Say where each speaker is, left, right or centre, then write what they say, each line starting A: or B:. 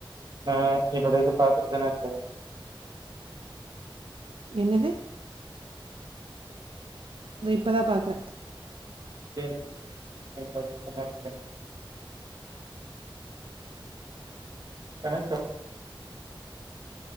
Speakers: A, on the right (about 45°); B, on the right (about 80°).
A: அ என்னோட இது பாத்துட்தான இர்க்க
B: என்னது தோ இப்பதா பாக்ற
A: <unintelligible> கனெக்ட்டா